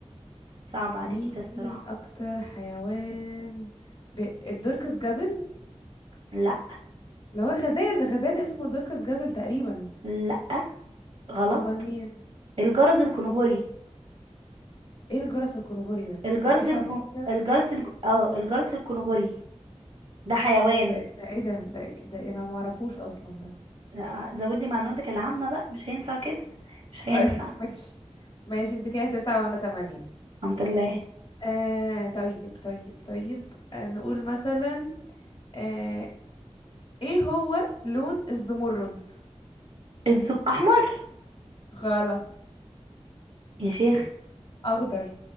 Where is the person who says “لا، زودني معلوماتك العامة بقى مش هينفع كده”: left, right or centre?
Right